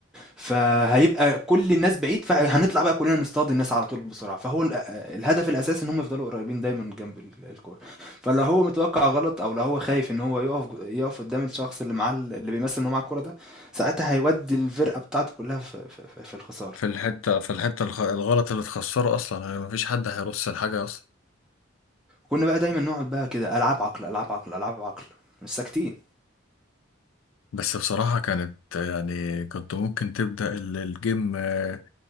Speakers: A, in the centre; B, on the left.
A: فهيبقى كل الناس بعيد فهنطلع بقى كلنا نصطاد الناس على طول بسرعة فهو ال- الهدف الأساسي إن هم يفضلوا قريبين دايما جنب ال- الكورة فلو هو متوقع غلط أو لو هو خايف إن هو يقف جو- يقف قدام الشخص اللي معاه ال- اللي بيمثل إن هو معاه الكورة ده ساعتها هيودي الفرقة بتاعته كلها في في, في, في الخسارة
B: في الحته في الحته الخ- الغلط اللي تخسره اصلا يعني مفيش حد هيرص الحاجه اصلا
A: كنا بقى دايما نقعد بقى كده ألعاب عقل ألعاب عقل ألعاب عقل مش ساكتين
B: بس بصراحه كانت يعني كنت ممكن تبدا ال- الجيم آه،